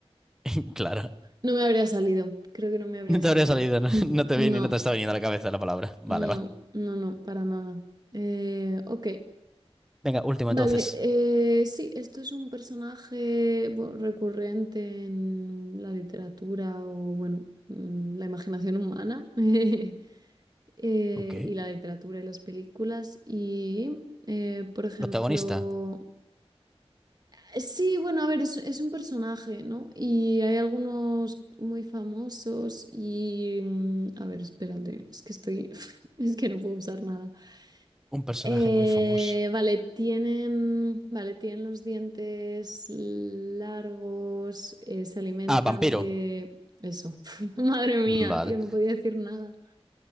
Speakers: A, in the centre; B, on the right.
A: <laughs> Claro.
B: No me habría salido. Creo que no me habría
A: No
B: salido.
A: te habría salido, no,
B: <laughs>
A: No te
B: No,
A: viene, no te está viniendo a la cabeza la palabra. Vale,
B: no,
A: vale.
B: no, no, para nada. Eh, ok.
A: Venga, último
B: Vale,
A: entonces.
B: eh, sí, esto es un personaje bueno, recurrente en la literatura o, bueno, mm, la imaginación humana. <laughs> eh,
A: Ok.
B: y la literatura y las películas. Y, eh, por ejemplo,
A: Protagonista.
B: eh, sí, bueno, a ver, es, es un personaje, ¿no? Y hay algunos muy famosos y, mm, a ver, espérate, es que estoy, <laughs> es que no puedo usar nada.
A: Un personaje
B: Eh,
A: muy famoso.
B: vale, tienen, vale, tienen los dientes largos, eh, se alimentan
A: Ah, vampiro.
B: de... Eso, <laughs> madre mía,
A: Vale,
B: tío, no podía decir nada.